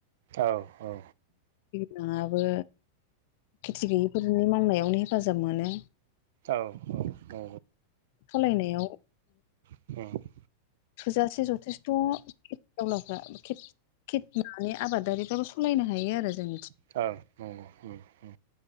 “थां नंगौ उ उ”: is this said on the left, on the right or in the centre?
Right